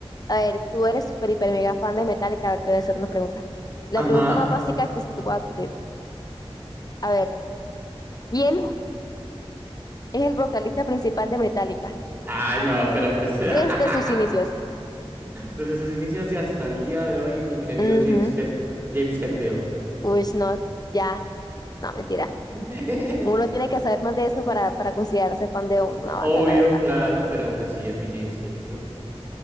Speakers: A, on the left (about 40°); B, on the right (about 25°).
A: A ver, tú eres super hiper, mega fan de Metallica. A ver, te voy a hacer una pregunta. La
B: Ajá.
A: pregunta más básica que se te pueda ocurrir. A ver, ¿quién es el vocalista principal de Metallica
B: Ay, no, pero pues...
A: desde
B: <laughs>
A: sus inicios?
B: Desde sus inicios y hasta el día de hoy, mi querido
A: Ujú.
B: James Head... James Hetfield.
A: Uy, no, ya, no, mentira.
B: <laughs>
A: Uno tiene que saber más de eso para, para considerarse fan de una banda,
B: Obvio,
A: la verdad.
B: claro, pero pues sí, es mi James Hetfield.